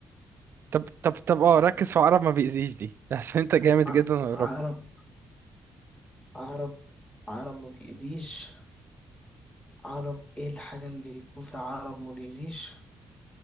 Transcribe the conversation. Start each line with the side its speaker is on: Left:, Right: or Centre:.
Right: طب طب طب اه
Left: ع-
Right: ركز في عقرب ما بيأذيش دي <laughs> عشان انت جامد
Left: ع-
Right: جدا وقربت
Left: عقرب عقرب عقرب ما بيأذيش عقرب ايه الحاجة اللي يكون فيها عقرب ما بيأذيش